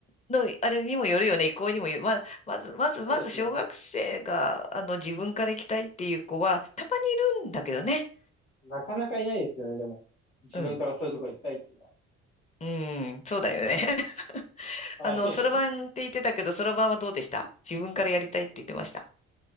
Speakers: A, on the left (about 25°); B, on the left (about 80°).
A: のあれにもよるよね、意向にもよる。まあ、まず、まず、
B: そうですね。
A: まず、小学生が、あの、自分から行きたいっていう子は、たまにいるんだけどね。
B: なかなかいないですよね、でも。自分からそういうとこ行きたいっていうのは。
A: うん。うん、そうだよね。<laughs>
B: はい。
A: あの、そろばんって言ってたけど、そろばんはどうでした自分からやりたいって言ってました。